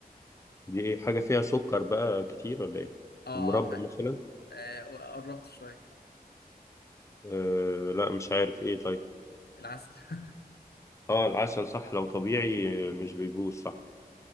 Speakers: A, on the left (about 20°); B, on the left (about 85°).
A: دي إيه حاجة فيها سكر بقى كتير ولا إيه
B: اه,
A: المربى
B: آه, ح-
A: مثلا
B: آه قربت شويه
A: آه لا مش عارف إيه طيب
B: العسل <laughs>
A: اه العسل صح لو طبيعي آه، مش بيبوظ صح